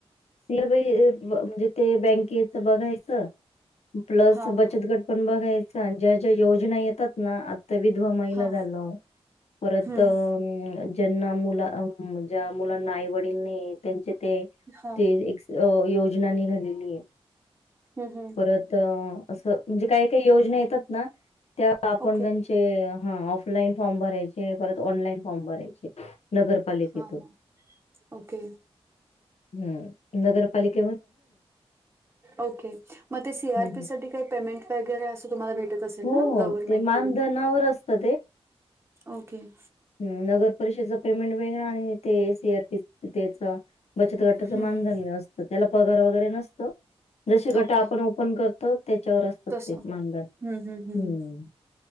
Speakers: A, on the left; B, on the right.
A: सीर म्हणजे ते बँकेच बघायचं प्लस
B: हां,
A: बचतगट पण बघायचां ज्या ज्या योजना येतात नां आ- तर विधवा महिला
B: हां.
A: झालं परतं-
B: हं,
A: हुं ज्यांना मुला ज्या मुलांना आईवडील नाहीयेत त्यांचे ते-
B: हा.
A: ते एक योजना निघालेलीयें.
B: हुं हुं-
A: त्यातं असं म्हणजें काय काय योजना येतातनां त्या आपण
B: ओके.
A: त्याची- ते हां ऑफलाईन फॉर्म भरायंचे परत ऑनलाईन फॉर्म भरायचे. नरपालिकेतून
B: हां, हां. ओके,
A: हुं नगरपालिक्-
B: ओके, मग सी
A: हं,
B: आर
A: हं.
B: पी साठी काय पेमेटं- वगैरे असं तुम्हाला भेटत असेल
A: हो,
B: नां
A: हो.
B: गव्हर्नमेंट
A: ते मानधनावर
B: कडून.
A: असतं
B: ओकें-
A: हुं नगर परिषदेचे पेमेंट वेगळा आणि ते सी आर पी त्याच- बचत गटाचं
B: हं,
A: मानधन्य
B: हं.
A: हेअसतं त्याला पगार वगैरे नसतं. जशी गट
B: ओके.
A: आपण ओपन करतो त्याच्यावर असतात
B: तसं.
A: ते मानधन
B: हं, हं, हं.
A: हुं.